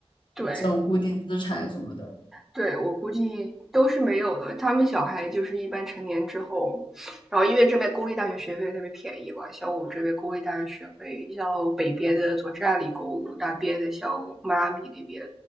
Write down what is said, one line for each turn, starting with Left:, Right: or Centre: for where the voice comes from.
Centre: 对，
Left: 这种固定资产什么的。
Centre: 对我估计都是没有的。他们小孩就是一般成年之后，然后因为这边公立大学学费特别便宜嘛，像我们这边公立大学学费，像北边的佐治亚理工，南边的像迈阿密那边，